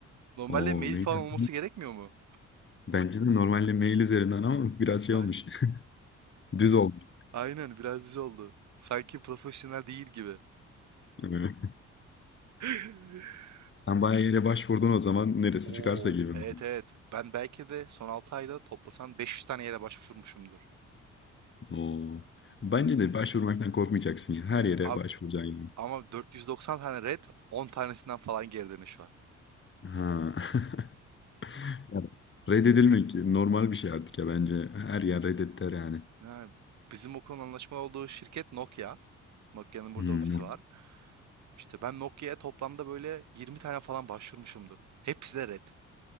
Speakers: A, on the right; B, on the left.
A: Normalde
B: O
A: mail
B: ne
A: falan
B: güzel.
A: olması gerekmiyor mu?
B: Bence de normalde mail üzerinden ama biraz şey
A: Ay-
B: olmuş. <laughs> Düz olmuş.
A: aynen biraz düz oldu. Sanki profesyonel değil gibi.
B: Evet.
A: <laughs>
B: Sen bayağı yere başvurdun o zaman neresi
A: Oo,
B: çıkarsa gibi
A: evet
B: mi oldu?
A: evet. Ben belki de son 6 ayda toplasan 500 tane yere başvurmuşumdur.
B: Oo. Bence
A: Böyle,
B: de başvurmaktan korkmayacaksın ya. Her
A: yani
B: yere
A: abi
B: başvuracaksın gibi.
A: ama 490 tane red, 10 tanesinden falan geri dönüş var.
B: Ha. <laughs> Yani Reddedilmek normal bir şey artık ya bence. Her yer reddetter yani.
A: Ha, bizim okulun anlaşmalı olduğu şirket Nokia. Nokia'nın burada
B: Hmm,
A: ofisi
B: yok.
A: var. İşte ben Nokia'ya toplamda böyle 20 tane falan başvurmuşumdur. Hepsi de red.